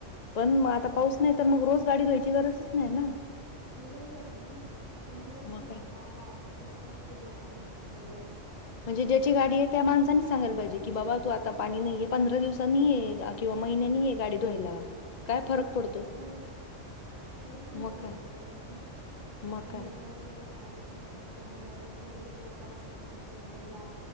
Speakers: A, on the left (about 55°); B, on the right (about 70°).
A: पण
B: हो
A: आता पाऊस नाही तर मग रोज गाडी धुवायची गरजच नाही ना.
B: बरोबर आहे ना पण हेच
A: मग
B: ना
A: काय?
B: हा बारीक विचार केला पाहिजे सगळ्याच
A: म्हणजे ज्याची
B: जे
A: गाडी आहे त्या माणसांनी सांगायला पाहिजे की बाबा तू आता
B: हा
A: पाणी नहीये पंधरा दिवसांनी ये किंवा महिन्यानी आहे गाडी धुवायला काय
B: हो
A: फरक पडतो.
B: हो काहीच नाही
A: मग
B: फरक
A: काय
B: पडत ना
A: मग
B: पण
A: काय
B: एवढाच. जेव्हा बारीक विचार करणारे थोडेच लोक असेल ना तर मग या